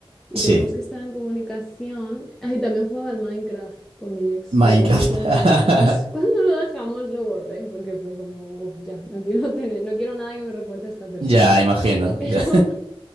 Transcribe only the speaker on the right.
Sí,
Minecraft.
<laughs>
Ya, imagino.
ya.